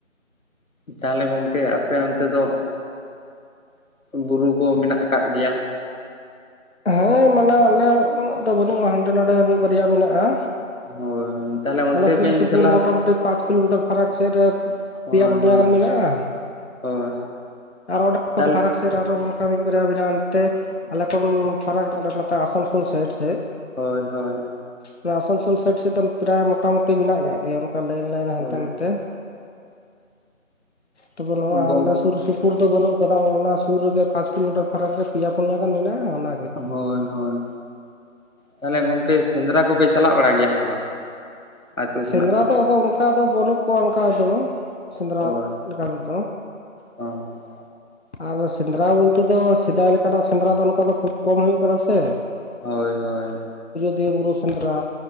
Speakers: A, on the left; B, on the left.
A: ᱛᱟᱦᱚᱞᱮ ᱜᱚᱝᱠᱮ ᱟᱯᱮ ᱚᱱᱛᱮ ᱫᱚ ᱵᱩᱨᱩ ᱠᱚ ᱢᱮᱱᱟᱜ ᱟᱠᱟᱜ ᱜᱮᱭᱟ?
B: ᱦᱮᱸ ᱢᱟᱱᱮ ᱟᱞᱮ ᱩᱱ ᱫᱚ ᱵᱟᱹᱱᱩᱜᱼᱟ᱾ ᱦᱟᱸᱰᱮ ᱱᱟᱰᱮ ᱢᱤᱫ ᱵᱟᱨᱭᱟ ᱢᱮᱱᱟᱜᱼᱟ᱾
A: ᱦᱳᱭ ᱛᱟᱦᱚᱞᱮ ᱚᱱᱛᱮ
B: ᱟᱞᱮ ᱥᱩᱨ
A: ᱵᱮᱱ
B: ᱥᱩᱯᱩᱨ
A: ᱪᱟᱞᱟᱣ
B: ᱢᱳᱚᱴᱟᱢᱩᱴᱤ ᱯᱟᱸᱪ ᱠᱤᱞᱳᱢᱤᱴᱟᱨ ᱯᱷᱟᱨᱟᱠ ᱥᱮᱫ ᱨᱮ
A: ᱦᱳᱭ
B: ᱯᱮᱭᱟ ᱯᱩᱱᱭᱟ
A: ᱦᱳᱭ
B: ᱜᱟᱱ ᱢᱮᱱᱟᱜᱼᱟ᱾
A: ᱦᱳᱭ
B: ᱟᱨᱚ ᱚᱸᱰᱮ ᱠᱷᱚᱱ
A: ᱛᱟᱦᱚᱞᱮ
B: ᱯᱷᱟᱨᱟᱠ ᱥᱮᱫ ᱟᱨᱚ ᱵᱚᱱ ᱠᱟ ᱢᱤᱫ ᱵᱟᱨᱭᱟ ᱢᱤᱱᱟᱜ ᱱᱛᱮ ᱟᱞᱮ ᱠᱷᱚᱱ <unintelligible> ᱱᱚᱛᱮ ᱟᱥᱟᱱᱥᱳᱞ ᱥᱟᱭᱤᱰ ᱥᱮᱡ
A: ᱦᱳᱭ ᱦᱳᱭ
B: ᱚᱱᱟ ᱟᱥᱟᱱᱥᱳᱞ ᱥᱟᱭᱤᱰ ᱥᱮᱫ ᱫᱚ ᱯᱨᱟᱭ ᱢᱚᱴᱟᱢᱩᱴᱤ ᱢᱮᱱᱟᱜ ᱠᱟᱜ ᱜᱮᱭᱟ ᱚᱱᱠᱟ ᱞᱟᱭᱤᱱ ᱞᱟᱭᱤᱱ ᱦᱟᱱᱛᱮ
A: ᱦᱳᱭ
B: ᱱᱟᱛᱮ ᱛᱚᱵᱮ ᱱᱚᱣᱟ
A: ᱜᱚᱝ
B: ᱟᱞᱮ ᱥᱩᱨ ᱥᱩᱯ ᱯᱩᱨ ᱫᱚ ᱵᱟᱹᱱᱩᱜ ᱟᱠᱟᱫᱟ ᱚᱱᱟ ᱥᱩᱨ ᱨᱮᱜᱮ ᱯᱟᱸᱪ ᱠᱤᱞᱳᱢᱤᱴᱟᱨ ᱯᱷᱟᱨᱟᱠ ᱨᱮ ᱯᱮᱭᱟ ᱯᱩᱱᱭᱟ ᱜᱟᱱ ᱢᱮᱱᱟᱜᱼᱟ ᱚᱱᱟ
A: ᱦᱳᱭ ᱦᱳᱭ ᱛᱟᱦᱚᱞᱮ ᱜᱚᱝᱠᱮ ᱥᱮᱸᱫᱽᱨᱟ ᱠᱚᱯᱮ ᱪᱟᱞᱟᱜ ᱵᱟᱲᱟ ᱜᱮᱭᱟ ᱥᱮ ᱵᱟᱝ ᱟᱹᱛᱩ ᱠᱷᱚᱱᱟᱜ
B: ᱥᱮᱸᱫᱽᱨᱟ
A: ᱜᱮ
B: ᱫᱚ ᱟᱫᱚ ᱚᱱᱠᱟ ᱫᱚ ᱵᱟᱹᱱᱩᱜ ᱠᱚᱣᱟ ᱚᱱᱠᱟ ᱫᱚ ᱥᱮᱸᱫᱽᱨᱟ
A: ᱦᱳᱭ
B: ᱞᱮᱠᱟ ᱛᱮᱫᱚ
A: ᱦᱳᱭ
B: ᱟᱨ ᱥᱮᱸᱫᱽᱨᱟ ᱵᱚᱞᱛᱮ ᱫᱚ ᱥᱮᱫᱟᱭ ᱞᱮᱠᱟᱱᱟᱜ ᱥᱮᱸᱫᱽᱨᱟ ᱫᱚ ᱚᱱᱠᱟ ᱫᱚ ᱠᱷᱩᱵ ᱠᱚᱢ ᱦᱩᱭᱩᱜ ᱠᱟᱱᱟ ᱥᱮ
A: ᱦᱳᱭ ᱦᱳᱭ
B: ᱮᱣ ᱵᱩᱨᱩ ᱥᱮᱸᱫᱽᱨᱟ